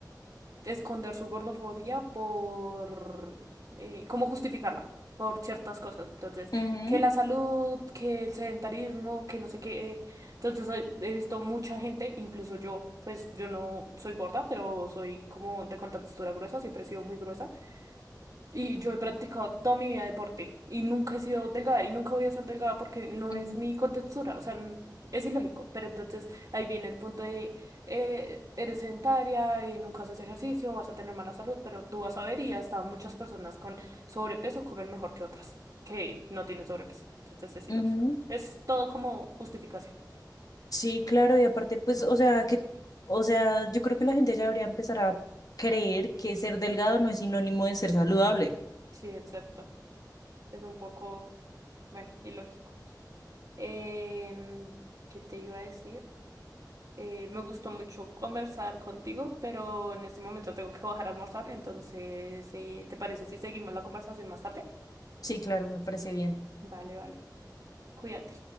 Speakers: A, on the right (about 50°); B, on the left (about 55°).
A: esconder su gordofobia por eh, cómo justificarla por ciertas cosas. Entonces,
B: Ujú.
A: que la salud, que el sedentarismo, que no sé qué. Entonces, he he visto mucha gente, incluso yo, pues yo no soy gorda, pero soy como de contextura gruesa, siempre he sido muy gruesa. Y yo he practicado toda mi vida deporte y nunca he sido delgada y nunca voy a ser delgada porque no
B: Ujú.
A: es mi contextura, o sea, n- es ilógico. Pero entonces ahí viene el punto de, eh, eres sedentaria y nunca haces ejercicio, vas a tener mala salud, pero tú vas a ver y hasta muchas personas con sobrepeso comen mejor que otras que no tienen sobrepeso. Entonces es ilógico.
B: ujú.
A: Es todo como justificación.
B: Sí, claro, y aparte, pues, o sea, que, o sea, yo creo que la gente ya debería empezar a creer que ser delgado no es sinónimo de ser saludable.
A: Sí, exacto. Es un poco, bueno, ilógico. Em, ¿qué te iba a decir? Eh, me gustó mucho conversar contigo, pero en este momento tengo que bajar a almorzar, entonces, eh, ¿te parece si seguimos la conversación más tarde?
B: Sí, claro, me parece bien.
A: Vale, vale. Cuídate.